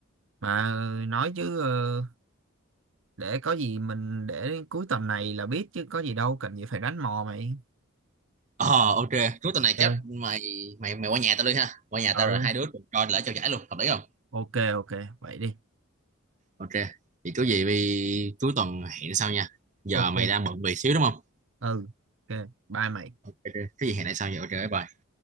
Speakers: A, on the right; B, on the right.
A: mà nói chứ ờ, để có gì mình để đến cuối tuần này là biết chứ có gì đâu cần gì phải đánh mò mày
B: ờ ok cuối tuần này
A: Ok.
B: chắc mày mày mày qua nhà tao đi ha qua nhà
A: ừ
B: tao rồi hai đứa cùng coi lễ trao giải luôn hợp lý không
A: ok ok vậy đi
B: ok thì có gì vì cuối tuần hẹn sau nha giờ
A: ok
B: mày đang bận việc xíu đúng không
A: ừ ok bye mày
B: ok ok. cái gì hẹn lại sau vậy ok bye bye